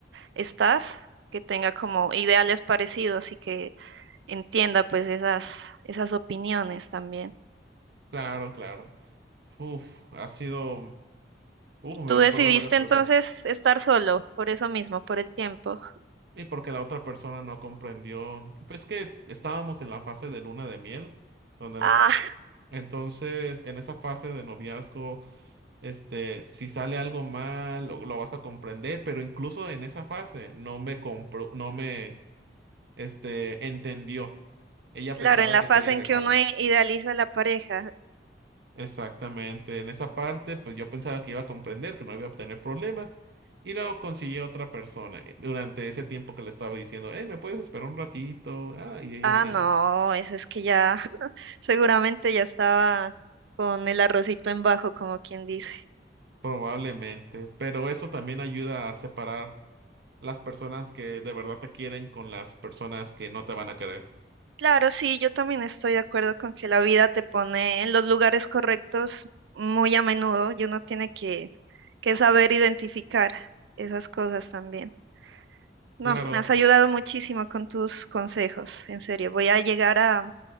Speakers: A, on the right; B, on the right.
A: estás, que tenga como ideales parecidos y que entienda pues esas, esas opiniones también.
B: Claro, claro. Uf, ha sido, uf, me
A: Tú
B: recordó
A: decidiste
B: varias cosas.
A: entonces estar solo, por eso mismo, por el tiempo.
B: Y porque la otra persona no comprendió, pues que estábamos en la fase de luna de miel, donde
A: Ah,
B: los, entonces en esa fase de noviazgo, este, si sale algo mal, lo, lo vas a comprender, pero incluso en esa fase no me compró, no me, este, entendió. Ella
A: claro,
B: pensaba
A: en la
B: que
A: fase
B: quería
A: en
B: dejarle.
A: que uno i- idealiza la pareja.
B: Exactamente, en esa parte pues yo pensaba que iba a comprender, que no iba a tener problemas y luego conseguí otra persona eh, durante ese tiempo que le estaba diciendo, hey, ¿me puedes esperar un ratito? Ah, y ella
A: Ah,
B: diciendo,
A: no, eso es que ya <laughs> seguramente ya estaba con el arrocito en bajo, como quien dice.
B: probablemente, pero eso también ayuda a separar las personas que de verdad te quieren con las personas que no te van a querer.
A: Claro, sí, yo también estoy de acuerdo con que la vida te pone en los lugares correctos muy a menudo y uno tiene que, que saber identificar esas cosas también. No,
B: Claro,
A: me has ayudado muchísimo con tus consejos, en serio. Voy a llegar a, a